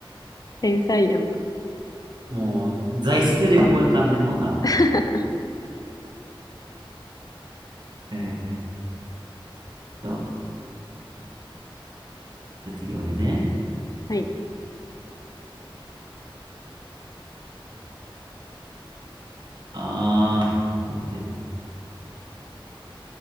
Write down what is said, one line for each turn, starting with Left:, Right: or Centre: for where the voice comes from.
Left: 天才やん。
Right: もう、材質で思い浮かんでもうたわ。
Left: <laughs>
Right: えーっと、じゃあ次俺ね。
Left: はい。
Right: あー、待って。